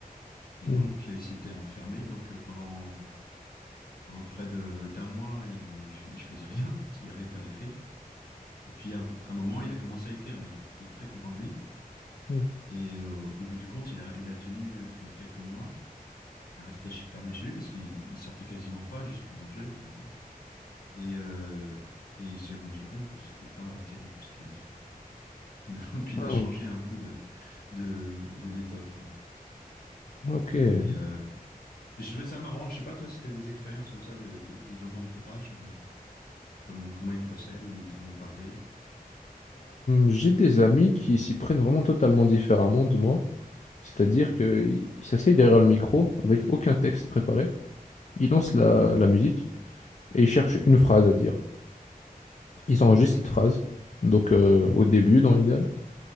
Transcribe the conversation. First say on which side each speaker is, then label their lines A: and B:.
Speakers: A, on the left (about 75°); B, on the left (about 50°).
A: Et
B: Hmm,
A: donc, euh, il s'était enfermé. Donc, euh, pendant, pendant près de, d'un mois, il, a- il, il faisait rien <laughs> parce qu'il n'arrivait pas à écrire. Et puis, à, un à un moment, il a commencé à écrire. Il était très content de lui.
B: hmm,
A: Et euh, au bout du compte, il a, il a tenu euh, que quelques mois à rester ch- fermé chez lui parce qu'il il sortait quasiment pas juste pour manger. Enfin, Et, euh, et il s'est rendu compte que c'était pas terrible ce qu'il avait fait. Et donc, il
B: hmm.
A: a changé un peu de, de, de méthode, quoi.
B: Ok. Euh,
A: Et euh, mais j'ai trouvé ça marrant. Je sais pas, toi, si tu as des expériences comme ça de, de, de ton entourage, euh, comment, comment ils procèdent, ou ils t'en ont parlé.
B: j'ai des amis qui s'y prennent vraiment totalement différemment de moi. C'est-à-dire qu'ils s'asseyent derrière le micro avec aucun texte préparé. Ils lancent la, la musique et ils cherchent une phrase à dire. Ils enregistrent cette phrase. Donc euh, au début dans l'idéal.